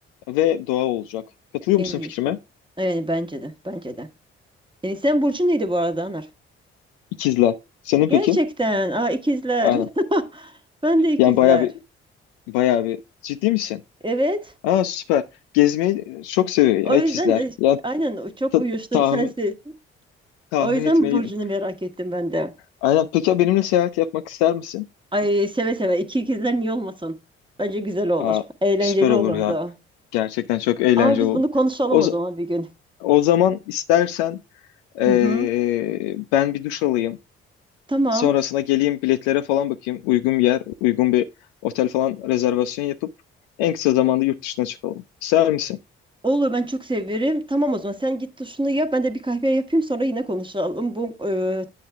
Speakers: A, on the left; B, on the right.
A: ve doğa olacak. Katılıyor
B: En
A: musun
B: iyisi.
A: fikrime?
B: Evet bence de. Bence de. E, sen Burcu neydi bu arada Anar?
A: İkizler. Senin
B: Gerçekten.
A: peki?
B: Aa ikizler.
A: Aynen.
B: <laughs> Ben de ikizler.
A: Yani bayağı bir bayağı bir ciddi misin?
B: Evet.
A: Aa süper. Gezmeyi çok seviyor ya
B: O yüzden
A: ikizler.
B: e,
A: Yani
B: aynen o çok
A: ta-
B: uyuştu
A: tahmin
B: sensin.
A: tahmin
B: O yüzden
A: etmeliydim.
B: burcunu merak ettim ben de.
A: Aynen. Peki ya benimle seyahat yapmak ister misin?
B: Ay seve seve iki ikizler niye olmasın? Bence güzel olur.
A: Aa
B: Eğlenceli
A: süper olur
B: olurdu.
A: ya. Gerçekten çok eğlenceli
B: Ama biz
A: olur.
B: bunu konuşalım
A: O,
B: o
A: z-
B: zaman bir gün.
A: o zaman istersen eee,
B: Hı hı.
A: ben bir duş alayım.
B: Tamam.
A: Sonrasında geleyim biletlere falan bakayım. Uygun bir yer, uygun bir otel falan rezervasyon yapıp en kısa zamanda yurt dışına çıkalım. İster misin?
B: Olur ben çok severim. Tamam o zaman sen git duşunu yap. Ben de bir kahve yapayım sonra yine konuşalım. Bu e,